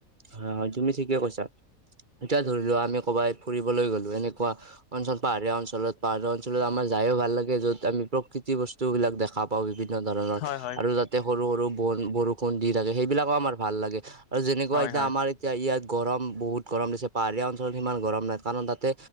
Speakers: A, on the right; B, on the left.
A: হয়-হয় তুমি ঠিকে কৈছা, এতিয়া ধৰিলোৱা আমি ক'ৰবাত ফুৰিবলৈ গলো এনেকুৱা অঞ্চল পাহাৰীয়া অঞ্চলত পাহাৰীয়া অঞ্চলত আমাৰ যায়ও ভাল লাগে য'ত আমি প্ৰকৃতি বস্তু বিলাক দেখা পাওঁ। বিভিন্ন ধৰণৰ
B: হয় হয়
A: আৰু যাতে সৰু সৰু ব ব বৰষুন দি থাকে সেইবিলাকও আমাৰ ভাল লাগে আৰু যেনেকুৱা
B: হয়
A: এতিয়া
B: হয়
A: আমাৰ এতিয়া ইয়াত গৰম বহুত গৰম দিছে পাহাৰীয়া অঞ্চলত সিমান গৰম নাই কাৰণ তাতে